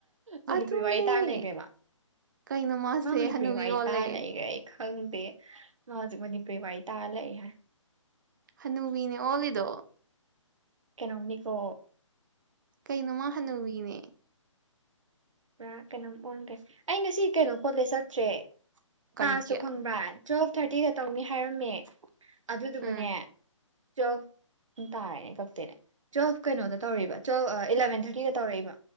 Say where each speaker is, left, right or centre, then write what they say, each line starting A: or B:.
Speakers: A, on the right (about 70°); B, on the right (about 35°).
A: ꯃꯅꯤꯄꯨꯔꯤ
B: ꯑꯗꯨꯅꯦ
A: ꯋꯥꯔꯤ ꯇꯥꯔ ꯂꯩꯈ꯭ꯔꯦ ꯃꯥ
B: ꯀꯩꯅꯣ ꯃꯥꯁꯦ
A: ꯃꯥ ꯃꯅꯤꯄꯨꯔꯤ
B: ꯍꯅꯨꯕꯤ
A: ꯋꯥꯔꯤ
B: ꯑꯣꯜꯂꯦ
A: ꯇꯥꯔ ꯂꯩꯈ꯭ꯔꯦ ꯑꯩ ꯈꯪꯗꯦ ꯃꯥ ꯍꯧꯖꯤꯛ ꯃꯅꯤꯄꯨꯔꯤ ꯋꯥꯏ ꯇꯥ ꯂꯩ ꯍꯥꯏ
B: ꯍꯅꯨꯕꯤꯅꯦ ꯑꯣꯜꯂꯤꯗꯣ
A: ꯀꯩꯅꯣꯝ ꯅꯤꯀꯣ
B: ꯀꯩꯅꯣ ꯃꯥ ꯍꯅꯨꯕꯤꯅꯦ
A: ꯄꯨꯔꯥ ꯀꯩꯅꯣꯝ ꯑꯣꯟꯒꯔꯦ ꯑꯩ ꯉꯁꯤ ꯀꯣꯂꯦꯖ ꯆꯠꯇ꯭ꯔꯦ
B: ꯀꯔꯤꯒꯤ
A: ꯀꯂ꯭ꯥꯁꯇꯣ ꯈꯪꯕ꯭ꯔ ꯇꯨꯋꯦꯜꯐ ꯊꯥꯔꯇꯤꯗ ꯇꯧꯅꯤ ꯍꯥꯏꯔꯝꯃꯦ ꯑꯗꯨꯗꯨꯒꯅꯦ
B: ꯎꯝ
A: ꯇ꯭ꯋꯦꯜꯐ ꯇꯥꯔꯦꯅꯦ ꯀꯛꯇꯦꯅꯦ ꯇ꯭ꯋꯦꯜꯐ ꯀꯩꯅꯣꯗ ꯇꯧꯔꯤꯕ ꯇ꯭ꯋꯦꯜꯞ ꯏꯂꯚꯦꯟ ꯊꯥꯔꯇꯤꯗ ꯇꯧꯔꯛꯏꯕ